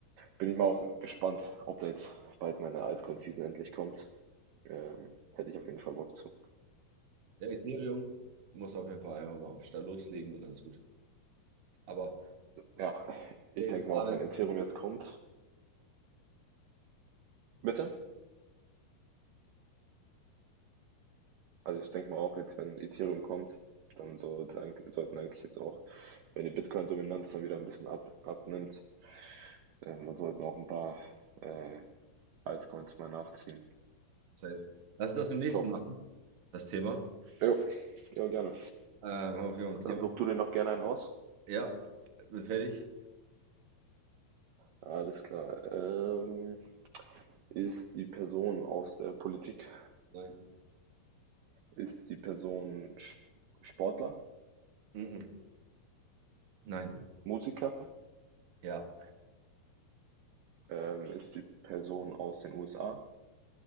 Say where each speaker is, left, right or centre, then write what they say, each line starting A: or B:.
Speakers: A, on the right (about 75°); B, on the right (about 50°).
A: bin ich mal auch gespannt, ob da jetzt bald meine Altcoin-Season endlich kommt. Ähm, hätte ich auf jeden Fall Bock zu.
B: Der Ethereum muss auf jeden Fall einfach mal am Start loslegen und alles gut. Aber
A: Ja, ich
B: der
A: denke
B: ist gerade.
A: mal auch, wenn Ethereum
B: <laughs>
A: jetzt kommt. Bitte? Also ich denke mal auch jetzt, wenn Ethereum kommt, dann sollte, eigentlich- sollten eigentlich jetzt auch, wenn die Bitcoin-Dominanz dann wieder ein bisschen ab, abnimmt, ähm, dann sollten auch ein paar äh, Altcoins mal nachziehen.
B: Safe. Lass uns das im nächsten
A: Ich hoffe.
B: machen, das Thema.
A: Jo, jo, gerne.
B: Ähm, haben wir ein Thema?
A: Dann such du dir noch gerne einen aus.
B: Ja, bin fertig.
A: Alles klar. Ähm, ist die Person aus der Politik?
B: Nein.
A: Ist die Person Sch- Sportler?
B: Mhm. Nein.
A: Musiker?
B: Ja.
A: Ähm, ist die Person aus den USA?